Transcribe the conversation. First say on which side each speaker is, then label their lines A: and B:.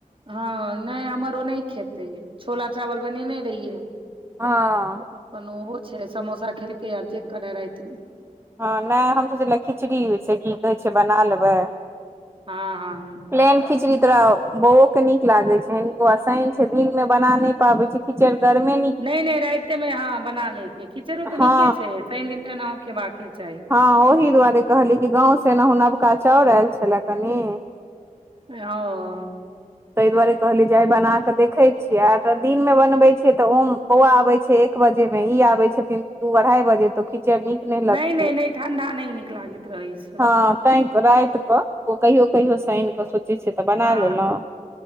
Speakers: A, on the right; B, on the right.
A: हँ नहि हमर ओ नहि खेतै छोला चावल बनेने रहियै।
B: हँ
A: अपन ओहो छै समोसा खेलकै आब जे करे राति।
B: हँ नहि हम सोचलिय खिचड़ी से की कहै छै बना लेबै।
A: हँ-हँ
B: प्लेन खिचड़ी तोरा बौ के निक लागे छै एो आसानन छै दिन में बना न पाबे छै। किच गर्मी
A: नहि नहि रााते मे हँ बना लेके खिचड़ो तऽ
B: हँ
A: नीके छै शनि दिन त एनाँ खेबाक चाही।
B: हँ ओहिी दुआरे कहली कि गाँं सेनाहु नवका चाउर आयल छलए कनी।
A: ह
B: ता दुआरे कहली जे आइ बना के देखे छियै आ दिन मे बनबे छियै तऽ ओ बौआ आबै छै। एक बजे मे ह आबे छथिन दू अढ़ाई बजे तो खिचड़ नीक नहि
A: नहि-नहि-
B: लगतै
A: नहि ठंडा नहि नीक लागैत रहै छै।
B: हँ ता रात कऽ ओ कहियो कहियोसँ आनि कऽ सोचै छियै तऽ बना
A: हँ
B: लेलहुँ।